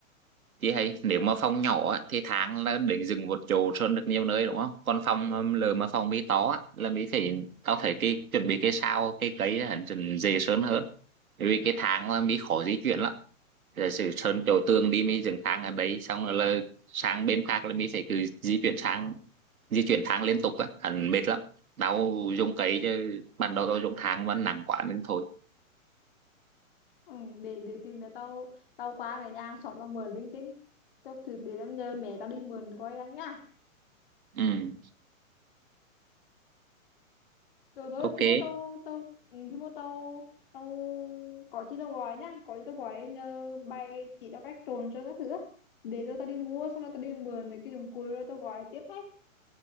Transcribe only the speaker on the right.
Chị thấy nếu mà phòng nhỏ á, thì tháng là để dừng một chỗ sơn được nhiều nơi đúng không? Còn phòng um, lờ mà phòng mi to á, là mi phải tao thấy cái chuẩn bị cái sao cái cấy hẳn dần dễ sơn hơn. Bởi vì cái tháng là mi khó di chuyển lắm. Giả sử sơn chỗ tường đi mi dừng tháng ở đấy xong rồi là sang bên khác là mi phải cứ di chuyển sang di chuyển tháng liên tục á, hẳn mệt lắm. Tao dùng cấy chứ ban đầu tao dùng tháng mà nặng quá nên thôi.
Ừ,
ok,